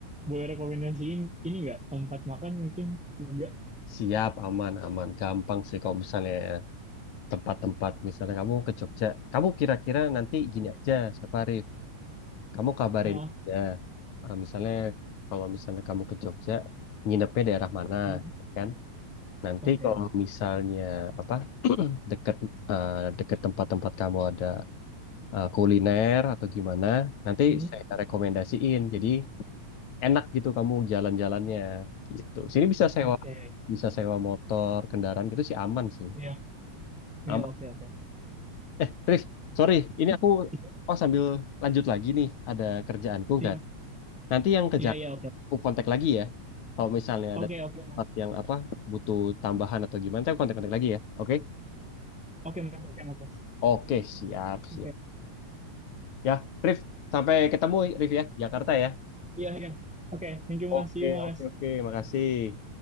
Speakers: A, in the centre; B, on the left.
A: boleh rekomendasiin ini nggak tempat makan mungkin juga.
B: Siap, aman, aman. Gampang sih kalau misalnya tempat-tempat misalnya kamu ke Jogja. Kamu kira-kira nanti
A: Oh,
B: gini aja, Safari. Kamu kabarin
A: maaf.
B: aja. Eh, misalnya kalau misalnya kamu ke Jogja, nginepnya daerah mana,
A: Hmm,
B: kan? Nanti
A: Oke.
B: kalau misalnya apa deket eh, deket tempat-tempat kamu ada eh, kuliner atau gimana, nanti
A: Hmm,
B: saya rekomendasiin. Jadi enak gitu kamu jalan-jalannya gitu. Sini bisa sewa
A: Oke.
B: bisa sewa motor, kendaraan gitu sih aman sih.
A: Iya,
B: Aman.
A: iya oke oke.
B: Eh, Rif, sorry, ini aku
A: Iya,
B: oh sambil lanjut lagi nih ada kerjaanku nggak?
A: iya,
B: Nanti yang ke
A: iya
B: Jakarta
A: iya, oke.
B: aku kontak lagi ya. Kalau misalnya
A: Oke
B: ada
A: oke
B: tempat
A: Mas.
B: yang apa butuh tambahan atau gimana, saya kontak-kontak lagi ya. Oke?
A: Oke Mas, oke Mas.
B: Oke, siap,
A: Oke.
B: siap. Ya, Rif, sampai ketemu Rif ya, Jakarta ya.
A: Iya iya. Oke, thank you Mas.
B: Oke,
A: See you Mas.
B: oke, oke. Makasih.